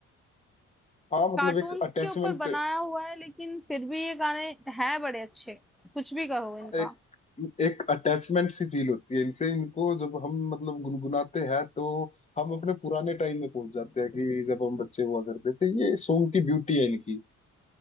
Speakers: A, on the left (about 25°); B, in the centre.
A: हाँ मतलब
B: कार्टून्स
A: एक अटैचमेंट
B: के ऊपर बनाया हुआ है लेकिन फिर भी ये गाने हैं बड़े अच्छे, कुछ भी कहो इनका।
A: एक एक अटैचमेंट सी फील होती है इनसे इनको जब हम मतलब गुनगुनाते हैं तो हम अपने पुराने टाइम में पहुंच जाते हैं कि जब हम बच्चे हुआ करते थे ये सॉन्ग की ब्यूटी है इनकी